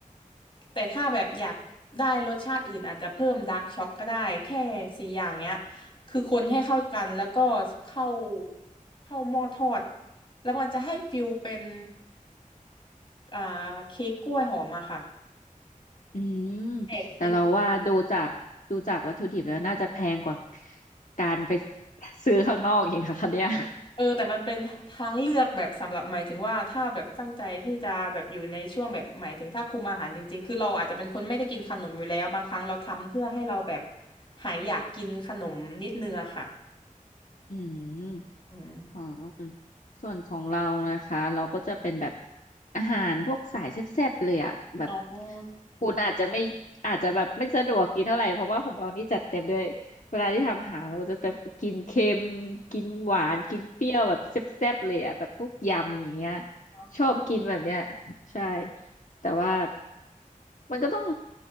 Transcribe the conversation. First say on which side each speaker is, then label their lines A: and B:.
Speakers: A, on the left; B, on the left.
A: แต่ถ้าแบบอยากได้รสชาติอื่นอาจจะเพิ่มดาร์กช็อกก็ได้แค่สี่อย่างเนี้ยคือคนให้เข้ากันแล้วก็เข้าเข้าหม้อทอดแล้วมันจะให้ฟิลเป็นอ่าเค้กกล้วยหอมอะค่ะ
B: อืม
A: แหกคิด
B: แต่เราว่าดูจากดูจากวัตถุดิบแล้วน่าจะแพงกว่าการไปซื้อข้างนอกอีกนะคะเนี่ย
A: เออแต่มันเป็นทางเลือกแบบสำหรับหมายถึงว่าถ้าแบบตั้งใจที่จะแบบอยู่ในช่วงแบบหมายถึงถ้าคุมอาหารจริงๆคือเราอาจจะเป็นคนไม่ได้กินขนมอยู่แล้วบางครั้งเราทำเพื่อให้เราแบบหายอยากกินขนมนิดนึงอะค่ะ
B: อืม
A: อืม
B: อ๋อส่วนของเรานะคะเราก็จะเป็นแบบอาหารพวกสายแซ่บๆเลยอ่ะแบบ
A: อ๋อ
B: คุณอาจจะไม่อาจจะแบบไม่สะดวกกินเท่าไหร่เพราะว่าของเรานี่จัดเต็มด้วยเวลาที่ทำอาหารเราก็จะจะกินเค็มกินหวานกินเปรี้ยวแบบแซ่บๆเลยอ่ะแบบพวกยำอย่างเงี้ย
A: อ๋อค่ะ
B: ชอบกินแบบเนี้ยใช่แต่ว่ามันก็ต้อง